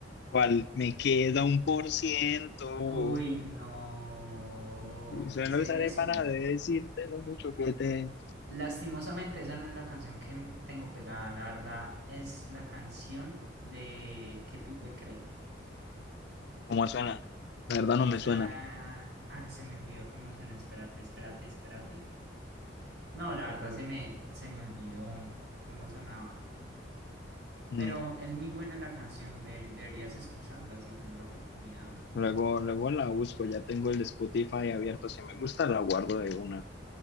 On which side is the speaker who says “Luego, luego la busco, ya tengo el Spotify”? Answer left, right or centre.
Left